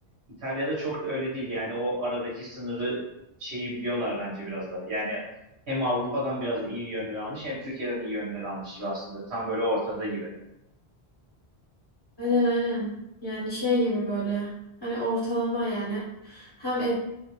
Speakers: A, on the right (about 75°); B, on the left (about 25°).
A: İtalya'da çok da öyle değil yani o aradaki sınırı şeyi biliyorlar bence biraz da yani hem Avrupa'dan biraz iyi yönler almış hem Türkiye'den iyi yönler almış gibi aslında tam böyle ortada gibi.
B: Aynen aynen. Yani şey gibi böyle hani ortalama yani hem ek-